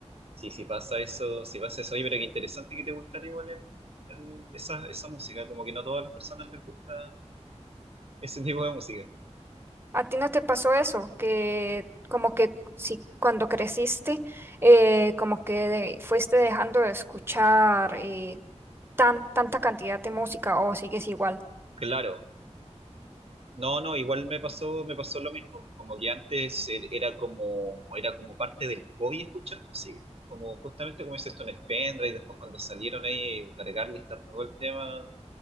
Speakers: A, on the right; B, on the right.
A: Sí, sí pasa eso, sí pasa eso. Oye, pero qué interesante que te gustara igual el- el- esa, esa música. Como que no a todas las personas les gusta ese tipo de música.
B: ¿A ti no te pasó eso? Que como que si cuando creciste, eh, como que de- fuiste dejando de escuchar eh, tan, tanta cantidad de música o sigues igual.
A: Claro. No, no, igual me pasó, me pasó lo mismo. Como que antes er- era como, era como parte del hobby escuchar música. Como justamente como dices tú en el pendrive, y después cuando salieron ahí, cargar, listar todo el tema,